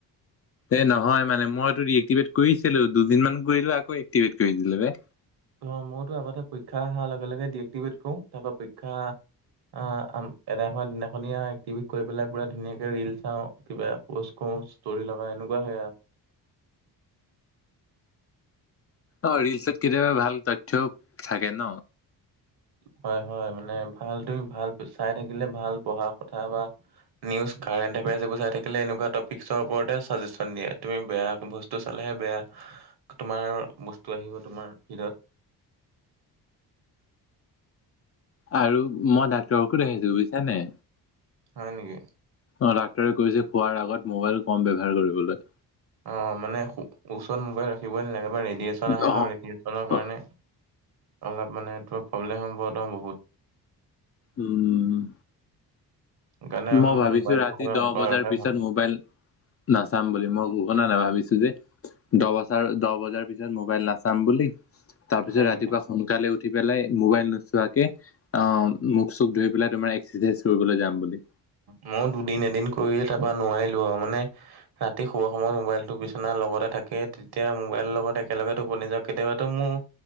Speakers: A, on the left; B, on the right.
A: এ নহয় মানে মই তোৰ ৰিক্টিভেট কৰিছিলো দুদিনমান কৰিলো আকৌ এক্টিভেট কৰিদিলো বে
B: অ মইতো আগতে পৰীক্ষা অহাৰ লগে লগে ডি ডিক্টিভেট কৰো তাৰ পৰা পৰীক্ষা অ এদাই হোৱা দিনাখনীয়া এক্টিভি কৰি পেলাই পুৰা ধুনীয়াকে ৰিলচ চাওঁ কিবা পোষ্ট <unintelligible> ষ্টৰি লগা এনেকুৱা হয়ে আৰু
A: অ ৰিলচত কেতিয়াবা ভাল তথ্যও থাকে ন
B: হয় হয় মানে ভাল তুমি ভাল চাই থাকিলে ভাল পঢ়া কথা বা নিউজ কাৰেণ্ট এফয়াৰছ বুজা থাকিলে এনেকুৱা টিকছৰ ওপৰতে চাকজেচন দিয়ে তুমি বেয়া বস্তু চালেহে বেয়া তোমাৰ বস্তু আহিব তোমাৰ ভিডত
A: আৰু মই ডাক্তৰৰ কো দেখিছো বুজিছানে
B: হয় নেকি
A: অ ডাক্তৰে কৈছে খোৱাৰ আগত মোবাইল কম ব্যৱহাৰ কৰিবলৈ
B: অ মানে ওচৰত মোবাইল ৰাখিবই নালাগে ৰেডিয়েচন
A: অ',
B: আহে ন ৰেডেচন নৰ কাৰণে
A: অ-
B: অলপ মানে তোৰ প্ৰব্লেম সম্ভত বহুত
A: উম উম উম
B: সেইকাৰণে
A: মই ভাবিছো
B: মোবাইলটো
A: ৰাতি
B: অকমান
A: দহ
B: আঁতৰাই
A: বজাৰ
B: ৰখাই
A: পিছত
B: ভাল
A: মোবাইল নাচাম বুলি মই ঘোষনা নাভাবিছো যে দহ বজাৰ দহ বজাৰ পিছত মোবাইল নাচাম বুলি তাৰ পিছত
B: হয় নেকি?
A: ৰাতিপুৱা সোনকালে উঠি পেলাই মোবাইল নোচোৱাকে অ মুখ চুখ ধূই পেলাই তোমাৰ এক্সাৰচাইজ কৰিবলৈ যাম বুলি
B: মইয়ো দুদিন এদিন কৰিয়ে তাপা নোৱাৰিলো আৰু মানে ৰাতি শুৱা সময়ত মোবাইলটো বিচনাৰ লগতে থাকেই তেতিয়া মোবাইলৰ লগত একেলগে টোপনি যাবি কেতিয়াবাতো মোৰ